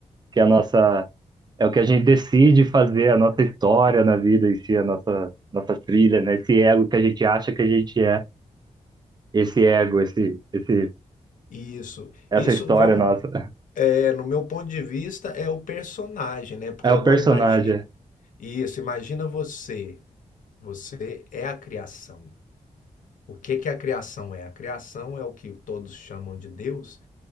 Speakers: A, on the right; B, on the left.
A: que é a nossa É o que a gente decide fazer, a nossa história na vida em si, a nossa, nossa trilha, né? Esse ego que a gente acha que a gente é, esse ego, esse, esse,
B: Isso.
A: essa
B: Isso,
A: história
B: vamos,
A: nossa.
B: é, no meu ponto de vista, é o personagem, né? Porque
A: É o
B: agora
A: personagem.
B: imagina.
A: é.
B: Isso, imagina você. Você é a criação. O que que a criação é? A criação é o que todos chamam de Deus,